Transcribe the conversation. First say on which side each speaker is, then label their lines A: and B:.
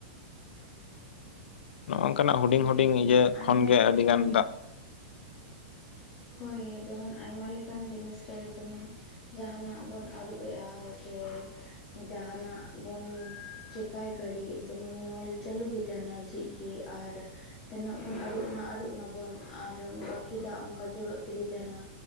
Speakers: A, on the left (about 40°); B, on the left (about 80°).
A: <inaudible>
B: ᱱᱚᱜᱼᱚ ᱱᱚᱠᱟᱱᱟᱜ ᱦᱩᱰᱤᱧ
A: ᱦᱳᱭ
B: ᱦᱩᱰᱤᱧ
A: ᱡᱮᱢᱚᱱ
B: ᱤᱭᱟᱹ
A: ᱟᱭᱢᱟ
B: ᱠᱷᱚᱱ ᱜᱮ
A: ᱞᱮᱠᱟᱱ
B: ᱟᱹᱰᱤ ᱜᱟᱱ ᱫᱟᱜ
A: ᱦᱳᱭ ᱡᱮᱢᱚᱱ ᱟᱭᱢᱟ ᱞᱮᱠᱟᱱ ᱡᱤᱱᱤᱥ ᱨᱮ ᱡᱮᱢᱚᱱ ᱡᱟᱦᱟᱱᱟᱜ ᱵᱚᱱ ᱟᱹᱨᱩᱵᱮᱜᱼᱟ ᱥᱮ ᱡᱟᱦᱟᱱᱟᱜ ᱵᱚᱱ ᱪᱮᱠᱟᱭ ᱜᱷᱟᱹᱲᱤᱡ ᱡᱮᱢᱚᱱ ᱱᱚᱞ ᱪᱟᱹᱞᱩ ᱜᱮ ᱛᱟᱦᱮᱱᱟ ᱡᱷᱤᱡ ᱜᱮ ᱟᱨ ᱛᱤᱱᱟᱹᱜ ᱵᱚᱱ ᱟᱹᱨᱩᱵ ᱱᱟ ᱟᱹᱨᱩᱵ ᱱᱟᱵᱚᱱ ᱟᱨ ᱵᱟᱹᱠᱤ ᱫᱟᱜ ᱚᱱᱠᱟ ᱡᱚᱨᱚᱜ ᱛᱮᱜᱮ ᱛᱟᱦᱮᱱᱟ